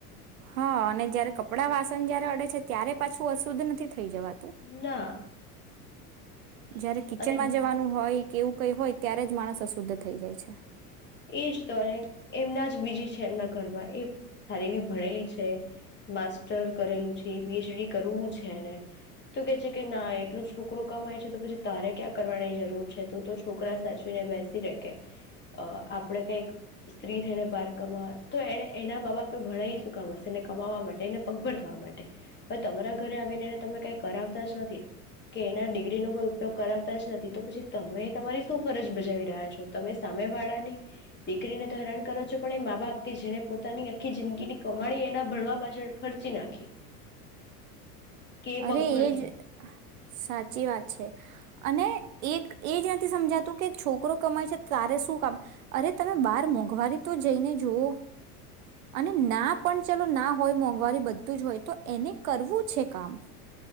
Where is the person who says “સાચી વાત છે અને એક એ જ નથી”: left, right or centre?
Right